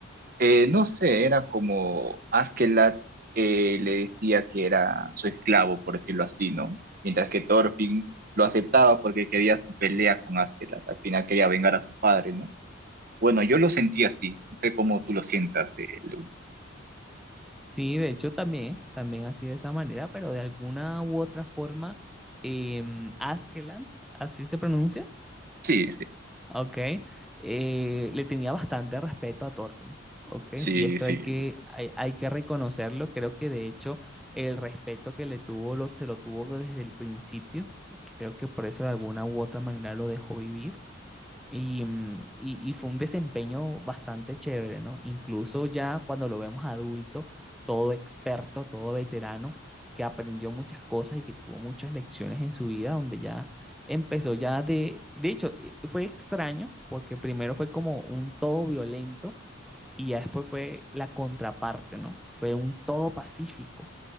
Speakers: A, on the right (about 45°); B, in the centre.
A: Eh, no sé, era como Askeladd eh, le decía que era su esclavo, por decirlo así, ¿no? Mientras que Thorfinn lo aceptaba porque quería su pelea con Askeladd, al final quería vengar a su padre, ¿no? Bueno, yo lo sentí así, no sé cómo tú lo sientas. eh, Lewin.
B: Sí, de hecho también, también así de esa manera, pero de alguna u otra forma, em, Askeland, así se pronuncia,
A: sí,
B: ¿ok? eh, le tenía bastante respeto a Thorfinn, ¿ok?
A: sí,
B: Y esto
A: sí,
B: hay
A: sí,
B: que, hay, hay que reconocerlo, creo que de hecho el respeto que le tuvo lo, se lo tuvo desde el principio y creo que por eso de alguna u otra manera lo dejó vivir. Y, mm, y- y fue un desempeño bastante chévere, ¿no? Incluso ya cuando lo vemos adulto, todo experto, todo veterano, que aprendió muchas cosas y que tuvo muchas lecciones en su vida, donde ya empezó ya de, de hecho, eh, fue extraño, porque primero fue como un todo violento y ya después fue la contraparte, ¿no? Fue un todo pacífico